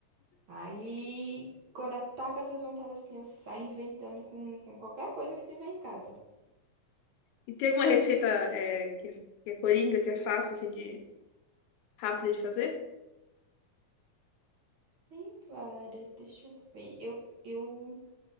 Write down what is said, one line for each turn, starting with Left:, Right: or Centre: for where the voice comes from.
Right: Aí, quando ataca essas vontades assim, eu saio inventando com, com qualquer coisa que tiver em casa.
Left: E tem alguma receita é, que, é, que é coringa, que é fácil, assim, de rápida de fazer?
Right: Tem várias, deixa eu ver. Eu, eu